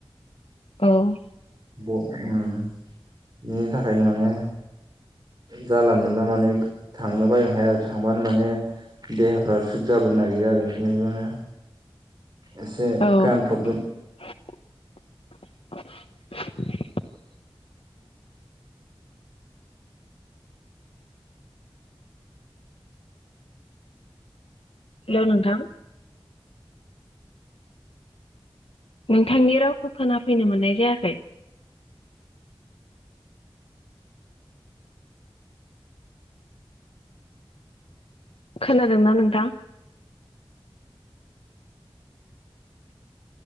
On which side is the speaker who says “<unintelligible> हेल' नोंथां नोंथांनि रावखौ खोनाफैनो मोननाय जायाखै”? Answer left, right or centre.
Left